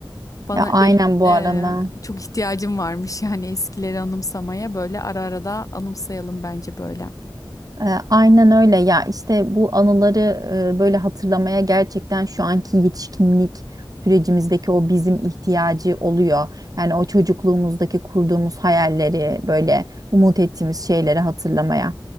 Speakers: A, on the left (about 40°); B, on the right (about 45°).
A: Bana
B: Ya, aynen
A: benim
B: bu
A: e,
B: arada.
A: çok ihtiyacım varmış yani eskileri anımsamaya böyle ara ara da anımsayalım bence böyle.
B: E, Aynen öyle ya işte bu anıları e, böyle hatırlamaya gerçekten şu anki yetişkinlik sürecimizdeki o bizim ihtiyacı oluyor. Yani o çocukluğumuzdaki kurduğumuz hayalleri böyle umut ettiğimiz şeyleri hatırlamaya.